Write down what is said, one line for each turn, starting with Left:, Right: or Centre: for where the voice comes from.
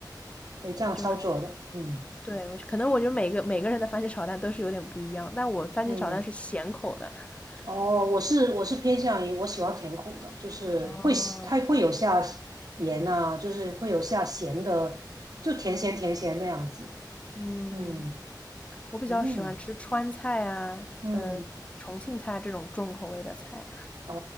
Left: 嗯，
Right: 所以这样操作的，
Left: 就是
Right: 嗯
Left: 对我可能我觉得每个每个人的番茄炒蛋都是有点不一样，但我番茄炒蛋是咸口的。
Right: 嗯。
Left: <laughs>
Right: 哦，我是我是偏向于我喜欢甜口的，就是会喜它会有下
Left: 哦，
Right: 盐呐、就是会有下咸的，就甜咸甜咸那样子。
Left: 嗯，
Right: 嗯
Left: 我比较喜欢吃川菜啊，
Right: 嗯嗯，
Left: 呃，重庆菜这种重口味的菜。
Right: 哦，